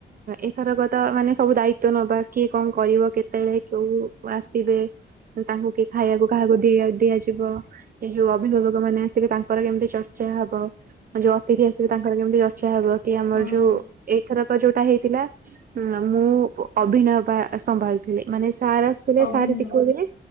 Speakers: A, on the right; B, on the left.
A: ଏଥରକତ ମାନେ ସବୁ ଦାୟିତ୍ୱ ନବା କିଏ କଣ କରିବ କେତେବେଳେ କେଉ ଆସିବେ ତାଙ୍କୁ କି ଖାଇବାକୁ କାହାକୁ ଦିଆ ଦିଆଯିବ ଏ ଯୋଉ ଅଭିଭାବକ ମାନେ ଆସିବେ ତାଙ୍କର କେମିତି ଚର୍ଚ୍ଚା ହବ। ଯୋଉ ଅତିଥି ଆସିବେ ତାଙ୍କର କେମିତି ଚର୍ଚା ହବ କି ଆମର
B: ହଁ
A: ଯୋଉ ଏଇଥରକ ଯୋଉଟା ହେଇଥିଲା ହଁ ମୁଁ ଅଭିନୟ ପା ସମ୍ଭାଳୁଥିଲି ମାନେ ସାରେ ଆ ଥିଲେ
B: ଅଭିନୟ
A: ସାର୍ ଶିକୋଉଥିଲେ
B: ହଁ